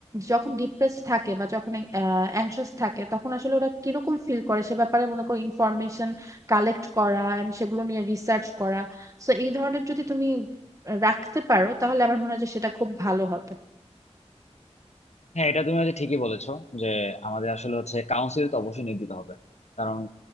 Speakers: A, on the right (about 30°); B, on the left (about 80°).
A: যখন ডিপ্রেসড থাকে বা যখন অ্যাংশাস থাকে তখন আসলে ওরা কিরকম ফিল করে সে ব্যাপারে মনে করো ইনফরমেশন কালেক্ট করা এন্ড সেগুলো নিয়ে রিসার্চ করা সো এই ধরনের যদি তুমি রাখতে পারো তাহলে আমার মনে হয় যে সেটা খুব ভালো হবে
B: হ্যাঁ এটা তুমি হচ্ছে ঠিকই বলেছো যে আমাদের আসলে হচ্ছে কাউন্সিল তো অবশ্যই নিয়োগ দিতে হবে কারণ